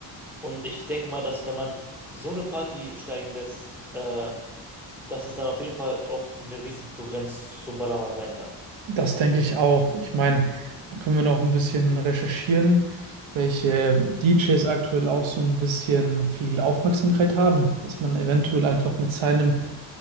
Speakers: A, in the centre; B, on the right (about 80°).
A: Und ich denke mal, dass wenn man so eine Party steigen lässt, äh, dass es dann auf jeden Fall auch eine Riesenkonkurrenz zum Ballermann sein kann.
B: das denke ich auch. Ich meine, da können wir noch ein bisschen recherchieren, welche DJs aktuell auch so ein bisschen viel Aufmerksamkeit haben, dass man eventuell einfach mit seinem